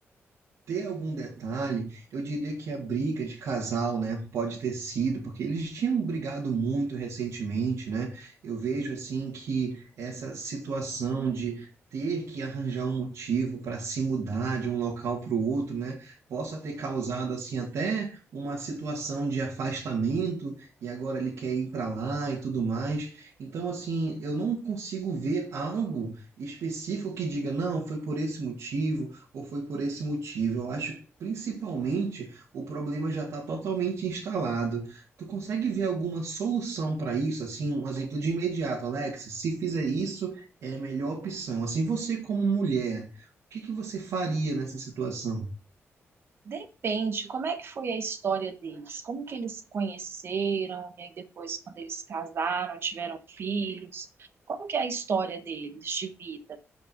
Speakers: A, on the right; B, on the right.
A: ter algum detalhe, eu diria que a briga de casal, né, pode ter sido, porque eles tinham brigado muito recentemente, né? Eu vejo assim que essa situação de ter que arranjar um motivo para se mudar de um local para o outro, né, possa ter causado assim até uma situação de afastamento e agora ele quer ir para lá e tudo mais. Então assim, eu não consigo ver algo específico que diga, não, foi por esse motivo ou foi por esse motivo? Eu acho que principalmente o problema já está totalmente instalado. Tu consegue ver alguma solução para isso? Assim, um exemplo de imediato, Alex, se fizer isso, é a melhor opção. Assim, você como mulher, o que que você faria nessa situação?
B: Depende, como é que foi a história deles? Como que eles se conheceram? E aí depois, quando eles casaram, tiveram filhos? Como que é a história deles de vida?